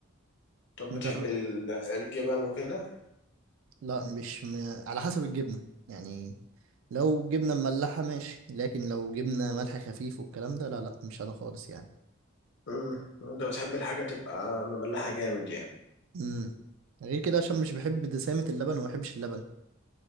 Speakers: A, on the left (about 60°); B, on the right (about 65°).
A: طب
B: جربت
A: بتحب ال- الجبن وكده؟
B: لا مش م... على حسب الجبنة يعني لو جبنة مملحة ماشي لكن لو جبنة ملح خفيف والكلام ده لا لا مش انا خالص يعني
A: أمم، أنت بتحب الحاجة تبقى مملحة جامد يعني
B: امم غير كده عشان مش بحب دسامة اللبن وما بحبش اللبن